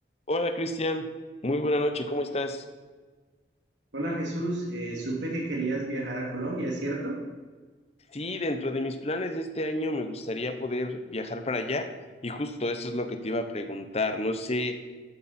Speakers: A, on the left; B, on the right.
A: Hola Cristian, muy buena noche, ¿cómo estás?
B: Hola Jesús, eh, supe que querías viajar a Colombia, ¿es cierto?
A: Sí, dentro de mis planes de este año me gustaría poder viajar para allá y justo eso es lo que te iba a preguntar. No sé,